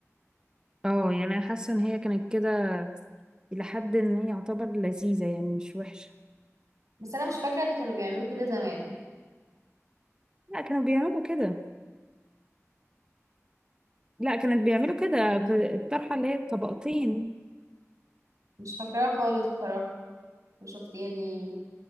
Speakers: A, on the right (about 15°); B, on the right (about 90°).
A: اه يعني انا حاسة ان هي كانت كده لحد ان هي يعتبر لذيذة يعني مش وحشة
B: بس أنا مش فاكرة إن كانوا بيعملوا كده زمان
A: لا كانوا بيعملوا كده لا كانت بيعملوا كده في الطرحة اللي هي الطبقتين
B: مش فاكراها خالص بصراحة وشفت يعني